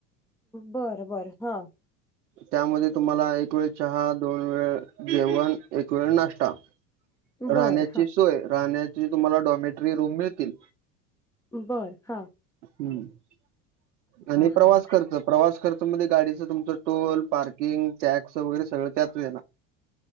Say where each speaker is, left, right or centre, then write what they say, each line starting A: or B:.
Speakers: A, in the centre; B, on the right.
A: बरं बरं हा!
B: त्यामध्ये तुम्हाला एक वेळ चहा दोन वेळ जेवण एक वेळ नाष्टा.
A: बरं
B: राहण्याची
A: हां
B: सोय राहण्याची तुम्हाला डॉमेटरी रूम मिळतील.
A: बरं हा!
B: हम्म आणि प्रवास
A: हां हां
B: खर्च प्रवास खर्चमध्ये गाडीचं तुमचं टोल पार्किंग टॅक्स वगैरे सगळं त्यात येणार.